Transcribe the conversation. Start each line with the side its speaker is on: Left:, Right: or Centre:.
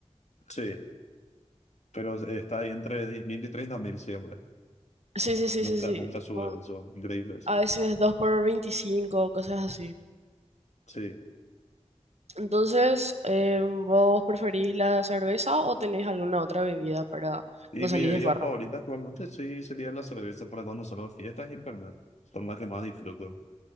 Left: Sí, pero está ahí entre diez mil y 30 mil siempre.
Right: Sí, sí, sí,
Left: Nunca,
Right: sí, sí.
Left: nunca
Right: tipo,
Left: sube eso. Increíbles.
Right: a veces 2 por veinticinco cosas así.
Left: Sí.
Right: Entonces, eh, ¿vos preferís la cerveza o tenés alguna otra bebida para
Left: Y
Right: no
Left: mi
Right: salir
Left: bebida
Right: de farra?
Left: favorita actualmente sí sería la cerveza para cuando salgo a fiestas y el Fernet. Son las que más disfruto.